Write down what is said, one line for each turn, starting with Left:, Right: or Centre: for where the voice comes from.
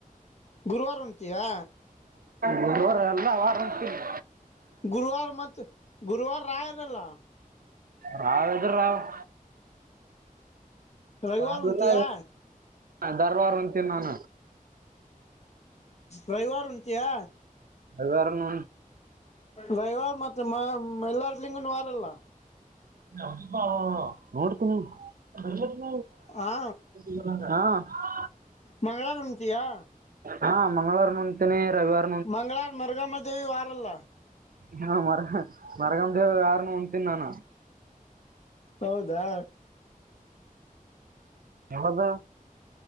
Left: ಗುರುವಾರ ಉಣ್ತಿಯಾ.
Right: ಗುರುವಾರ ಎಲ್ಲ ವಾರ ಉಣ್ತಿನಿ.
Left: ಗುರುವಾರ ಮತ್ತ ಗುರುವಾರ ರಾಯರಲ್ಲ.
Right: ರಾವ್ ಎದರ್ ರಾವ್.
Left: ರವಿವಾರ
Right: ನಾವೆಲ್ಲ
Left: ಉಂತಯಾ
Right: ಎನ್ ದರ್ವಾರ್ ಉಂತೀನ್ ನಾನ.
Left: ರವಿವಾರ್ ಉಣ್ತೀಯಾ.
Right: ರವಿವಾರನು.
Left: ರವಿವಾರ ಮತ್ತ ಮೈ ಮೈಲಾರ್ಲಿಂಗನ ವಾರಲ್ಲ.
Right: ಎಪ್ಪಾ ನೋಡ್ತೀನಿ ಬರ್ಲಿಲ್
Left: ಹಾ
Right: ಈಗ ಮತ್ತ ಹಾಂ. <unintelligible>
Left: ಮಂಗಳಾರ ಉಣ್ತಿಯಾ.
Right: ಹಾಂ ಮಂಗಳವಾರನು ಉಣ್ತೀನಿ ರವಿವಾರ್
Left: ಮಂಗಳಾರ ಮರುಗಮ್ಮ ದೇವಿ ವಾರಲ್ಲ.
Right: ಹಾ ಮರ ಹ್ಹ್ ಮರಗಮ್ ದೇವಿ ವಾರನು ಉಣ್ತೀನಿ ನಾನು.
Left: ಹೌದಾ.
Right: ಯಾವಾಗ.